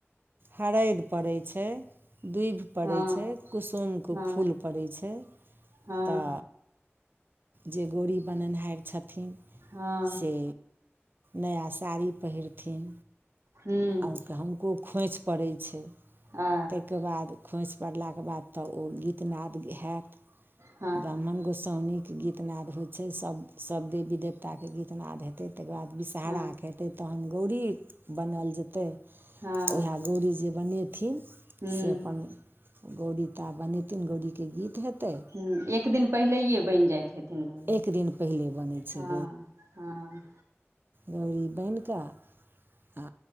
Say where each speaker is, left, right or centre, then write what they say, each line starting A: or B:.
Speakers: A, on the right (about 50°); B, on the right (about 80°).
A: हरद पड़ै छै दूभि पड़ैत
B: हँ
A: छै कुसुमके
B: हँ
A: फूल पड़ैत छै
B: हँ
A: तऽ जे गौड़री बनेनिहार छथिन
B: हँ
A: से नया साड़ी पहिरथिन
B: हूँ
A: आओर हुनको खोँइछ पड़ै छै
B: आ
A: ताहिके बाद खोँइछ पड़लाके बाद तऽ ओ गीतनााद गेल होत
B: हँ
A: ब्राह्मण गोसाउनीके गीतनाद होइ छै सब देवी देवता ताके गीतनाद हेतै तकर बाद विषहहाराके
B: हँ
A: हेतै तहन गौरी बनाल जेतै
B: हँ
A: उएह गौरी जे बनेथिन
B: हूँ
A: से अपन गौड़री ता बनेथिन गौड़ीक के गीत हेतै
B: हूँ एक दिन पहिलेे बनि जाइत हेथिन गोल
A: एक दिन पहिले बनै छै
B: हँ हँ
A: रौड़री बान्हि कऽ आ